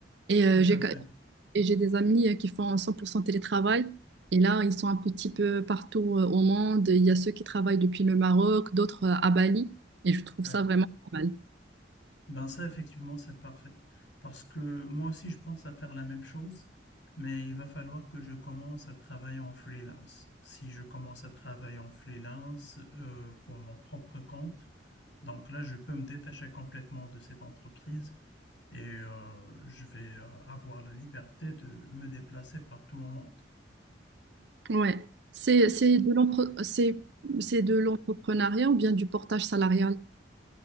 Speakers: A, on the right; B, on the left.
A: Et euh,
B: tout
A: j'ai,
B: à fait.
A: Et j'ai des amis euh, qui font 100% télétravail. Et là, ils sont un petit peu partout euh, au monde. Il y a ceux qui travaillent depuis le Maroc, d'autres euh, à Bali. Et je trouve
B: Ah
A: ça
B: oui.
A: vraiment pas mal.
B: Ben ça, effectivement, c'est parfait. Parce que moi aussi, je pense à faire la même chose, mais il va falloir que je commence à travailler en freelance. Si je commence à travailler en freelance euh, pour mon propre compte, donc là, je peux me détacher complètement de cette entreprise et euh, je vais euh, avoir la liberté de me déplacer partout au monde.
A: Ouais. C'est, c'est de l'empre- c'est, c'est de l'entrepreneuriat ou bien du portage salarial?